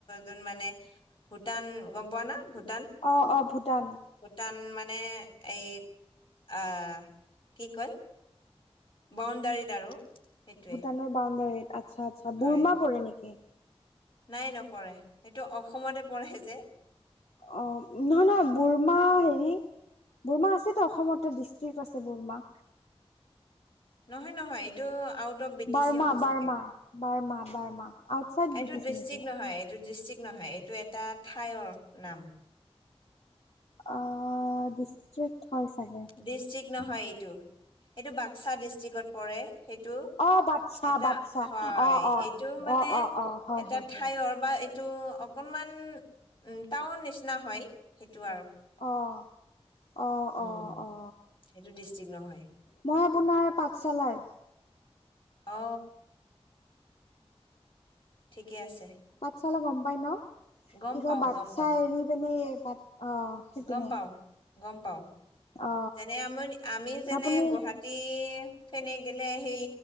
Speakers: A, on the left; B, on the left.
A: যোন মানে ভূটান গম পোৱা না ভূটান?
B: অ অ ভূটান।
A: ভূটান মানে এই আহ কি কয় বাউণ্ডাৰীত আৰু সেইটোৱে।
B: ভূটানৰ বাউণ্ডাৰীত আচ্ছা আচ্ছা
A: হয়
B: বুুৰমা পৰে নেকি?
A: নাই নপৰে সেইটো অসমতে পৰে যে।
B: অঁ নহয় নহয় বুৰমা হেৰী বুৰমা আছেতো অসমতে ডিষ্ট্ৰিক আছে বুৰমা।
A: নহয় নহয় এইটো আ out of B T
B: Verma
A: C হ'ব
B: বাৰ্মা
A: চাগে।
B: বাৰ্মা বাৰ্মা আউটচাইড
A: এইটো
B: বি টি
A: ডিষ্ট্ৰিক
B: চি নেকি
A: নহয় এইটো ডিষ্ট্ৰিক নহয় এই এইটো এটা ঠাইৰ নাম।
B: অহ ডিষ্ট্ৰিক্ট হয় চাগে।
A: ডিষ্ট্ৰিক্ট নহয় এইটো এইটো বাক্সা ডিষ্ট্ৰিকত পৰে সেইটো।
B: অ বাচ্ছা
A: এটা
B: বাচ্ছা
A: হয়
B: অ অ
A: এইটো মানে
B: অ অ অ হয়
A: এটা
B: হয়
A: ঠাইৰ
B: হয়
A: বা এইটো অকণমান টাউন নিচিনা হয় সেইটো আৰু।
B: অহ অ
A: উম
B: অ অহ।
A: সেইটো ডিষ্ট্ৰিক্ট নহয়
B: মই আপোনাৰ পাঠশালাৰ।
A: অ। ঠিকে আছে।
B: পাঠশালা গম পাই ন?
A: গম
B: কি কয়
A: পাও
B: বাচ্ছা
A: গম পাও
B: এৰি পিনে বাট অ। সেইপিনে
A: গম পাওঁ, গম পাওঁ।
B: অ
A: যেনে আমি আমি যেনে
B: আপুনি
A: গুৱাহাটী টী ফেনে গেলে সেই